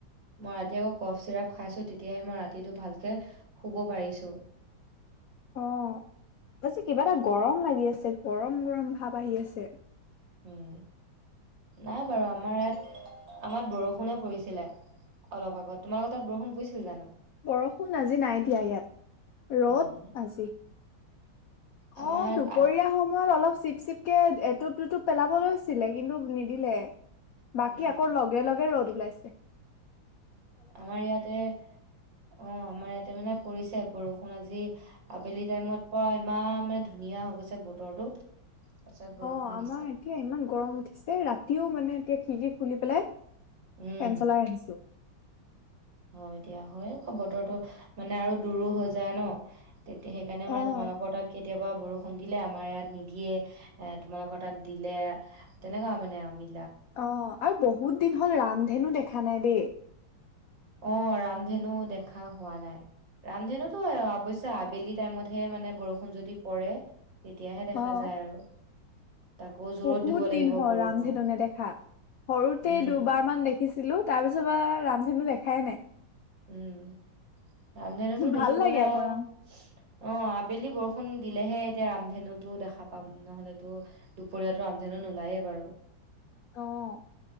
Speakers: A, on the right; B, on the left.
A: মই ৰাতি আকৌ কফ চিৰাপ খাইছো তেতিয়াহে মই ৰাতিটো ভালকে শুব পাৰিছোঁ
B: অঁ পাছে কিবা এটা গৰম লাগি আছে গৰম গৰম ভাৱ আহি আছে
A: উম নাই বাৰু আমাৰ ইয়াত আমাৰ বৰষুণে পৰিছিলে অলপ আগত তোমালোকৰ তাত বৰষুণ পৰিছিল জানো
B: বৰষুণ আজি নাই দিয়া ইয়াত ৰ'দ
A: উম।
B: আজি
A: আমাৰ
B: অঁ দুপৰীয়া
A: ইয়াত আ
B: সময়ত অলপ চিপ চিপ কে এটোপ দুুটুপ পেলাব লৈছিলে কিন্তু নিদিলে বাকী
A: উম।
B: আকৌ লগে লগে ৰ'দ ওলাইছে ছে
A: আমাৰ ইয়াতে অঁ আমাৰ ইয়াতে মানে পৰিছে বৰষুণ মানে আজি আবেলি টাইমত পৰা ইমান মানে ধুনীয়া হৈ গৈছে বতৰটো তাৰপিছত বৰষুণ
B: অঁ আমাৰ
A: দিছে।
B: এতিয়া ইমান গৰম উঠিছে ৰাতিও মানে এতিয়া খিৰকি খুলি পেলাই
A: উম,
B: ফেন চলাই আহিছো
A: হয় এতিয়া হয় বতৰো মানে আৰু দূৰো হৈ যায় ন তেতিয়া সেইকাৰণে মানে
B: অ
A: তোমালোকৰ তাত কেতিয়াবা বৰষুণ দিলে আমাৰ ইয়াত নিদিয়ে এ তোমালোকৰ তাত দিলে তেনেকুৱা মানে আমি
B: অঁ আৰু বহুত দিন হ'ল ৰামধেনু দেখা নাই দেই
A: অ ৰামধেনু দেখা হোৱা নাই ৰামধেনুতো অবশ্যে আবেলি টাইমতহে মানে বৰষুণ যদি পৰে তেতিয়াহে দেখা
B: অ
A: যায় আৰু। তাকো জোৰত
B: বহুত
A: দিব লাগিব
B: দিন হল
A: বৰষুণ
B: ৰামধেনু নেদেখা সৰুতে
A: উম
B: দুবাৰ মান দেখিছিলো তাৰ পিছৰ বা ৰা ধেনু দেখাই নাই
A: উম ৰামধেনুতো দেখিবলৈ
B: ভাল লাগে আকৌ
A: আৰু
B: ৰাম
A: অ আবেলি বৰষুণ দিলেহে এতিয়া ৰামধেনুতো দেখা পাম নহলেতো দুপৰীয়তো ৰামধেনু নোলায়েই বাৰু
B: অহ